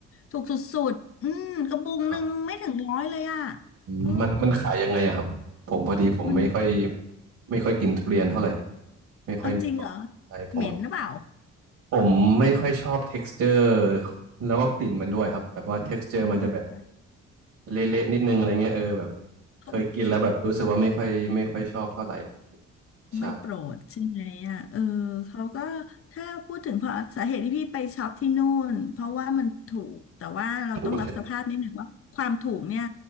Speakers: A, on the left; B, on the right.
A: ถูกสุดๆอืมกระบุงหนึ่งไม่ถึงร้อยเลยอ่ะ
B: ครับอืมมันมันขายยังไงอะครับผมพอดีผมไม่ค่อย
A: เออมัน
B: ไม่ค่อยกินทุเรียนเท่าไหร่ไม่ค่อยมีความใช่ผม
A: เอาจริงเหรอเหม็นหรือเปล่า
B: ผมไม่ค่อยชอบ texture แล้วก็กลิ่นมันด้วยครับแบบว่า texture มันจะแบบ
A: <laughs>
B: เละๆนิดนึงอะไรเงี้ยเออแบบ
A: โอเค
B: เคยกินแล้วแบบรู้สึกว่าไม่ค่อยไม่ค่อยชอบเท่าไหร่ใช่
A: ไม่โปรดใช่ไหมอ่ะเออเขาก็ถ้าพูดถึงเพราะสาเหตุที่พี่ไปช็อปที่นู่นเพราะว่ามันถูกแต่ว่าเราต้องรับสภาพนิดหนึ่งว่าความถูกเนี่ย
B: ถูกใช่ไหม